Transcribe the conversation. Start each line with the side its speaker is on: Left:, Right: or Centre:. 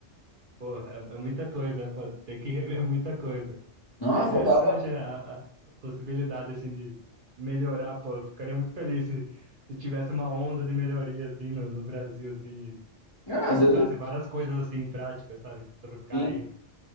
Right: pô, é, é muita coisa, é, pô, tem que <laughs> rever muita coisa.
Left: Não,
Right: É interessante,
Left: faltava.
Right: né, a, a possibilidade, assim, de melhorar, pô, eu ficaria muito feliz se, se tivesse uma onda de melhoria, assim, no, no Brasil, assim, e
Left: Ah,
Right: e colocasse
Left: às vezes, o-
Right: várias coisas, assim, em prática, sabe? Trocar
Left: sim,
Right: e